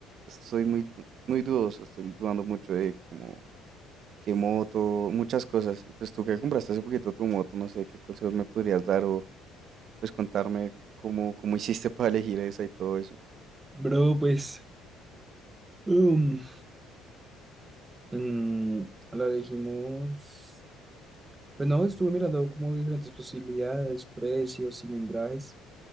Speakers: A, on the right (about 55°); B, on the right (about 20°).
A: estoy muy, muy dudoso, estoy dudando mucho de como qué moto, muchas cosas. Y pues tú que compraste hace poquito tu moto, no sé, qué consejos me podrías dar o pues contarme cómo, cómo hiciste <laughs> para elegir esa y todo eso.
B: bro, pues, um, mm, la elegimos, pues no, estuve mirando como diferentes posibilidades, precios, cilindrajes,